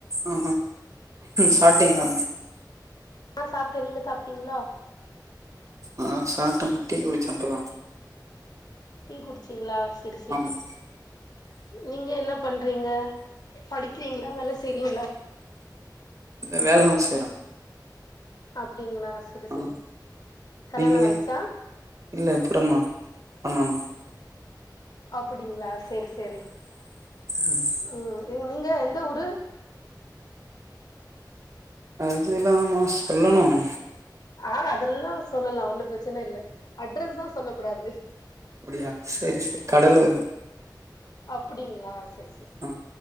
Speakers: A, on the right; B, on the left.
A: ஆ சாப்டீங்களா
B: ஆ சாப்டேன் நீங்க சாப்டீங்களா
A: ஆ சாப்ட்டு டீ குடிச்சோம் இப்பதான்
B: டீ குடிச்சீங்களா செரி செரி
A: ஆமா
B: நீங்க என்ன பண்றீங்க படிக்கறீங்களா வேல செய்றீங்களா
A: வேல தான் செய்றேன்
B: அப்டிங்களா செரி
A: ஆ
B: செரி கல்யாணம்
A: நீங்க
B: ஆயிடுச்சா
A: இல்ல அப்பறமா பண்ணணும்
B: அப்டிங்களா சேரி சேரி
A: உம்
B: ம் எ நீங்க எந்த ஊரு
A: அதுல்லாமா சொல்லணும்
B: ஆ அதெல்லாம் சொல்லலாம் ஒன்னும் பிரச்சன இல்ல அட்ரஸ் தா சொல்ல கூடாது
A: அப்டியா சரி சரி கடல்லு
B: அப்டிங்களா சரி சரி
A: ஆ